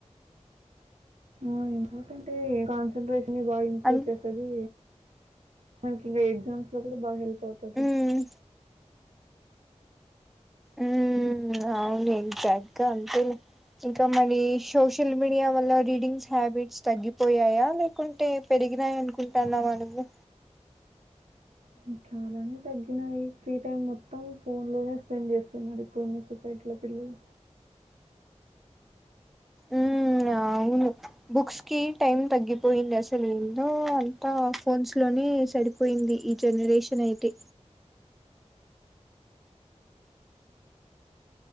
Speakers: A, on the right; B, in the centre.
A: ఊమ్ ఎందుకంటె కాన్సన్ంట్రేషన్ని బాగింప్రూ
B: అన్
A: చేస్ తదీ ఇంకీ ఎగ్జామ్స్లొ గుడ బాగ్ హెల్పౌతది
B: ఉమ్ ఊమ్ ఔను ఇంకగ్గ అంతేలె ఇంక మనీ సోషల్ మీడియా వల్ల రీడింగ్స్ హ్యాబిట్స్ తగ్గిపోయాయా ల్యాక్ కుంటే పెరిగినాయన్కుంటాన్నావ నువ్వు
A: పెంచాల అనీ తగ్గినయి ఫ్రీ టైమ్ మొత్తం ఫోన్ లోనే స్పెండ్ చేస్తున్నారు ఇప్పుడున్న సొసైటీలో పిల్లలు
B: ఉమ్ అవును బుక్స్ కి టైమ్ తగ్గిపోయింది అసలు ఏదో అంతా ఫోన్స్ లోనే సరి పోయింది ఈ జనరేషన్ అయితే